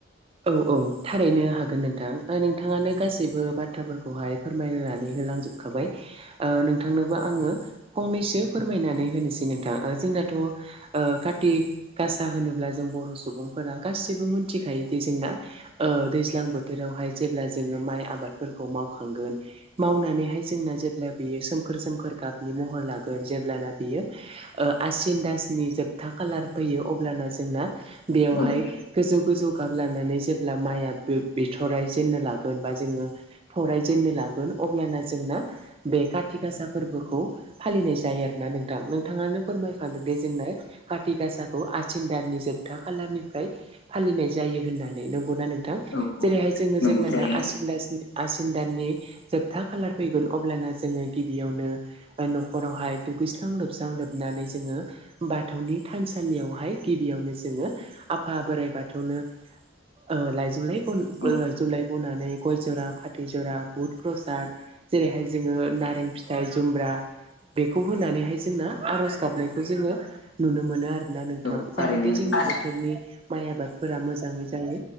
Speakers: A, on the right; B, on the left.
A: औ औ थारैनो हागोन नोंथां। दा नोंथाङानो गासैबो बाथ्राफोरखौहाय फोरमायनानै होलांजोबखाबाय नोंथांनोबो आङो फंनैसो फोरमायनानै होनोसै नोंथां जोंनाथ' ओ काति गासा होनोब्ला जों बर' सुबुंफोरा गासिबो मोनथिखायो। बिदि जोंना ओ दैज्लां बोथोरावहाय जेब्ला जोङो माइ आबादफोरखौ मावखांगोन मावनानैहाय जोंना जेब्ला बियो सोमखोर सोमखोर गाबनि महर लागोन जेब्लाना बियो ओ आसिन दासनि जोबथा खालार फैयो अब्लाना जोंना बेयावहाय
B: नोंथां
A: गोजौ गोजौ गाब लानानै जेब्ला माइया बिथ'राइ जेननो लागोन बा जोङो थराइ जेननो लागोन अब्लाना जोंना बे काथि गासा फोरबोखौ फालिनाय जायो आरोना नोंथां नोंथाङानो फोरमायखांदों दि जोंना काति गासाखौ आसिन दाननि जोबथा खालारनिफ्राय फालिनाय जायो होननानै नंगौना नोंथां
B: औ औ औ
A: जेरैहाय जोङो
B: नंगौ
A: जेब्लाना
B: थारैनो
A: आसिन दासनि आसिन दाननि जोबथा खालार फैगोन अब्लाना जोङो गिबियावनो ओ नखरावहाय दुगैस्रां लोबस्रां लोबनानै जोङो बाथौनि थानसालियावहाय गिबियावनो जोङो आफा बोराइ बाथौनो ओ लायजौ लाय <inaudible>
B: औ
A: लायजौ लाय बनानै गय जरा फाथै जरा बुद प्रसाद जेरैहाय जोङो नारें फिथाइ जुमब्रा बेखौ होनानैहाय जोंना आरज गाबनायखौ जोङो नुनो मोनो आरो ना नोंथां
B: औ थारैनो
A: जाहाथे
B: नंगौ
A: जोंनि बोथोरनि माइ आबादफोरा मोजाङै जायो।